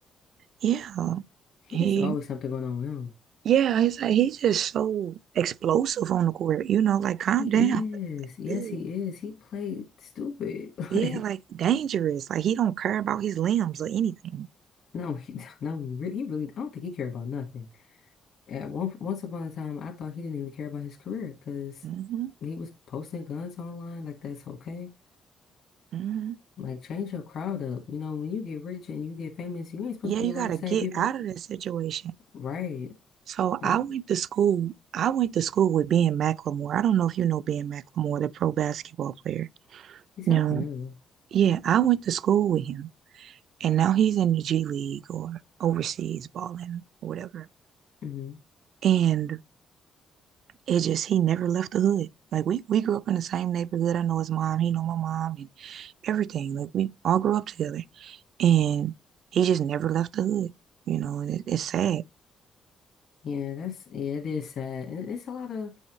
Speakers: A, on the right (about 70°); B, on the left (about 65°).
A: Yeah.
B: He
A: He,
B: is always something going on with him.
A: yeah, he's like he's just so explosive on the court. You know, like calm
B: He
A: down,
B: is.
A: <laughs>
B: Yes,
A: dude.
B: he is. He played stupid. <laughs>
A: Yeah,
B: Like,
A: like dangerous. Like he don't care about his limbs or anything.
B: no, he <laughs> no, he really he really I don't think he care about nothing. At one, once upon a time, I thought he didn't even care about his career because
A: hmm
B: he was posting guns online. Like, that's okay.
A: hmm
B: Like, change your crowd up. You know, when you get rich and you get famous, you ain't supposed
A: Yeah,
B: to be
A: you
B: around
A: gotta
B: the same
A: get
B: people.
A: out of that situation.
B: Right.
A: So
B: Like,
A: I went to school. I went to school with Ben McLemore. I don't know if you know Ben McLemore, the pro basketball player.
B: <sighs> you sound
A: No.
B: familiar.
A: Yeah, I went to school with him, and now he's in the G League or overseas balling or whatever.
B: hmm
A: And It just he never left the hood. Like we we grew up in the same neighborhood. I know his mom, he know my mom and everything. Like we all grew up together. And he just never left the hood. You know, and it, it's sad.
B: Yeah, that's, yeah, it is sad. And it's a lot of,